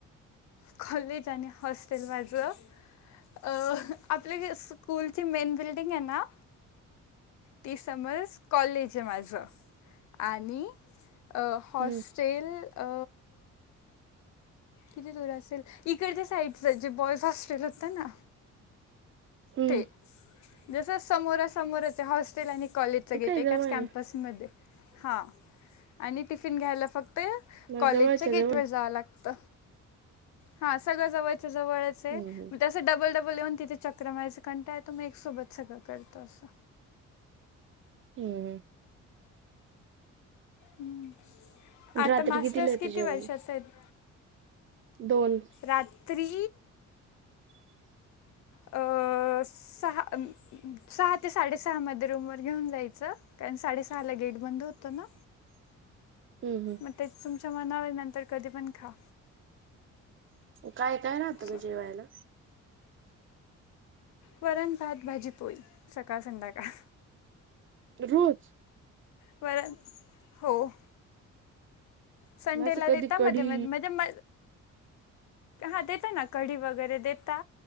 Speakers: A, on the left (about 70°); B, on the right (about 40°).
A: कॉलेज आणि हॉस्टेल माझं. अ आपले स्कूलची मेन बिल्डिंग आहे ना ते समज कॉलेज आहे माझं आणि अ
B: हम्म
A: हॉस्टेल अ किती दूर असेल इकडच्या साईडच जे बॉयज हॉस्टेल होत ना.
B: हम्म
A: तेच जस समोरा समोरच हॉस्टेल आणि कॉलेजचं गेट
B: काय
A: एकाच
B: जवळ
A: कॅम्पस.
B: आहे
A: मध्ये हां आणि टिफिन घ्यायला फक्त या
B: मग
A: कॉलेजच्या
B: जवळच्या
A: गेट
B: जवळ
A: वर जावं लागत. हा सगळं जवळचं जवळच आहे
B: हम्म हम्म
A: म डबल डबल येऊन तिथे चक्रा मारायचा कंटाळा येतो मग एक सोबत सगळ करतो असं.
B: हम्म.
A: हम् आता
B: रात्री
A: मास्टर्स
B: कितीला येतं
A: किती
B: जेवण
A: वर्षाचे आहेत.
B: दोन.
A: रात्री
B: <inaudible>
A: अ. सहा सहा ते साडेसहा मध्ये रूम वर घेऊन जायचं कारण साडेसहा ला गेट ते बंद होता ना.
B: हम् हम.
A: मग ते तुमच्या मनावर नंतर कधी पण खा.
B: काय काय राहतं
A: असं.
B: म जेवायला.
A: वरण भात भाजी पोळी सकाळ संध्याकाळ.
B: रोज.
A: परत हो. संडेला
B: माझं कधी
A: देता
B: कढी
A: मध्ये मध्ये म्हणजे म. हा देता ना कढी वगैरे देता